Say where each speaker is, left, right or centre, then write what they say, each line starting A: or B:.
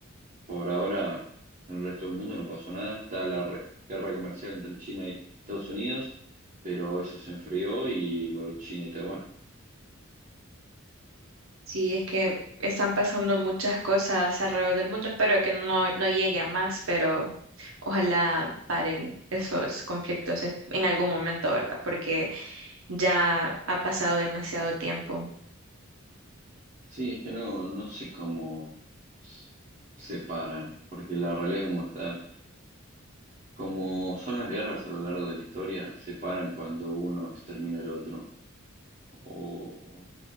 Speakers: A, on the right; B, on the right.
A: por ahora, en el resto del mundo no pasó nada. Está la re- guerra comercial entre China y Estados Unidos, pero eso se enfrió y lo de China y Taiwán.
B: Sí, es que están pasando muchas cosas alrededor del mundo. Espero que no, no llegue a más, pero ojalá paren esos conflictos es- en algún momento, ¿verdad? Porque ya ha pasado demasiado tiempo.
A: Sí, es que no, no sé cómo s- separan, porque la realidad como está, como son las guerras a lo largo de la historia, separan cuando uno extermina al otro, o